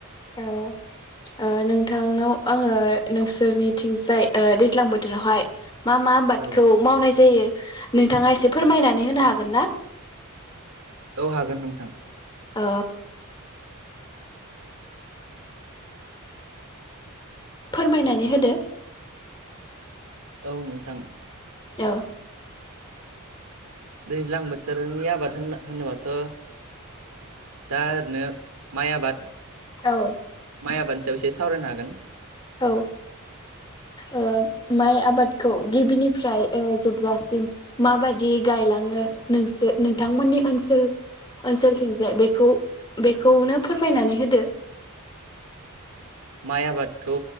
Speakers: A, on the left; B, on the right.
A: ओ ओ नोंथांनाव आङो नोंसोरनिथिंजाय दैज्लां बोथोरावहाय मा मा आबादखौ
B: औ
A: मावनाय जायो? नोंथाङा एसे फोरमायनानै होनो
B: औ
A: हागोन ना?
B: औ हागोन नोंथां?
A: अ फोरमायनानै होदो।
B: औ नोंथां।
A: ओ
B: दैज्लां बोथोरनि आबाद होनना होनोबाथ' दा ओरैनो माइ आबाद।
A: औ
B: माइ आबादनि सायाव एसे सावरायनो हागोन।
A: औ ओ माइ आबादखौ गिबिनिफ्राय ओ जोबजासिम मा बादि गायलाङो नोंसो नोंथांमोननि ओनसोल ओनसोलथिंजाय बेखौ बेखौनो फोरमायनानै होदो।
B: माइ आबादखौ